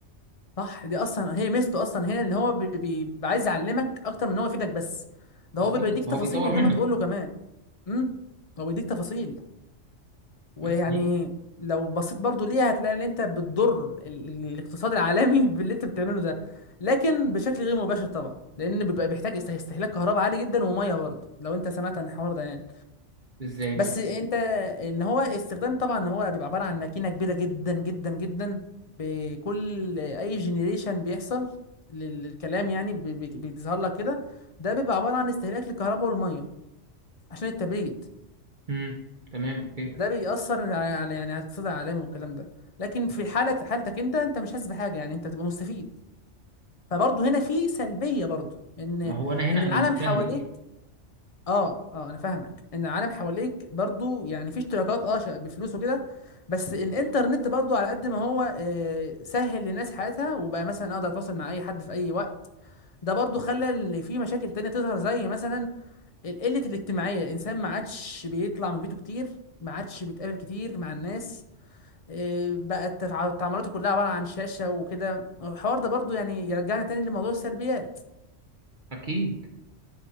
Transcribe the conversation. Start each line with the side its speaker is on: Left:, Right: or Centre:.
Left: صح دي اصلا هي ميزته اصلا هنا ان هو بي- بي- بيبقى عايز يعلمك اكتر من ان هو يفيدك بس ده
Right: بالظبط
Left: هو بيبقى يديك
Right: فهو
Left: تفاصيل
Right: بيطور
Left: من غير
Right: منك
Left: ما تقول له كمان امم هو بيديك تفاصيل ويعني
Right: بس ليه
Left: لو بصيت برضو ليها هتلاقي ان انت بتضر ال- ال- الاقتصاد العالمي <laughs> باللي انت بتعمله ده لكن بشكل غير مباشر طبعا لان بيبقى بيحتاج است- استهلاك كهرباء عالي جدا وميه برضه لو انت سمعت عن الحوار ده يعني
Right: إزاي بقى
Left: بس انت ان هو استخدام طبعا هو بيبقى عباره عن ماكينه كبيره جدا جدا جدا بكل اي جنريشن بيحصل لل- للكلام يعني بي- بي- بيظهر لك كده ده بيبقى عباره عن استهلاك للكهرباء والميه عشان التبريد
Right: امم تمام أوكي
Left: ده بيأثر على على- يعني على الاقتصاد العالمي والكلام ده لكن في حالة حالتك انت انت مش حاسس بحاجة يعني انت بتبقى مستفيد فبرضه هنا في سلبية برضه ان
Right: ما هو أنا هنا
Left: ان العالم
Right: أنا مستهلك
Left: حواليك اه اه انا فاهمك ان العالم حواليك برضه يعني في اشتراكات اه ش- بفلوس وكده بس الانترنت برضه على قد ما هو آه، سهل للناس حياتها وبقى مثلا اقدر اتواصل مع اي حد في اي وقت ده برضه خلى إن في مشاكل تانية تظهر زي مثلا القلة الاجتماعية الانسان ما عادش بيطلع من بيته كتير ما عادش بيتقابل كتير مع الناس إيه، بقت تع- تعاملاته كلها عبارة عن شاشة وكده الحوار ده برضو يعني يرجعنا تاني لموضوع السلبيات
Right: أكيد